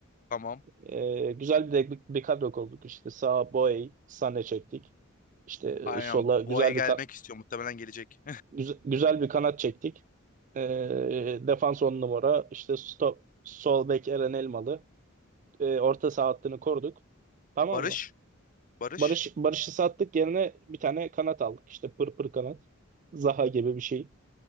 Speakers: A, on the left; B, on the right.
A: tamam.
B: E, güzel bir, bir kadro kurduk. İşte sağa Boey, Sané çektik. İşte e,
A: Aynen
B: sola güzel
A: Boğa'ya gelmek
B: bir ka-
A: istiyor. Muhtemelen gelecek.
B: güze- güzel bir kanat çektik. E, defans 10 numara. İşte stop, sol bek Eren Elmalı. E, orta saha hattını koruduk. Tamam
A: <laughs> Barış.
B: mı?
A: Barış.
B: Barış Barış'ı sattık yerine bir tane kanat aldık. İşte pır pır kanat. Zaha gibi bir şey.